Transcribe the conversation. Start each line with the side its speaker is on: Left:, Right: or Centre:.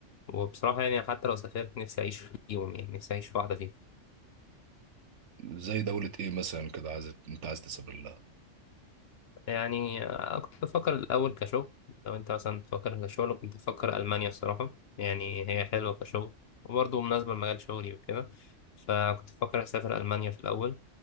Left: وبصراحه يعني حتى لو سافرت نفسي اعيش فيهم يعني نفسي اعيش في واحده فيهم
Right: زي دولة إيه مثلا كده عايز أنت عايز تسافر لها
Left: يعني آه، كنت بفكر الاول كشغل لو انت مثلا بتفكر كشغل كنت بفكر المانيا الصراحه يعني هي حلوه كشغل وبرضه مناسبه لمجال شغلي وكده فكنت بفكر اسافر المانيا في الاول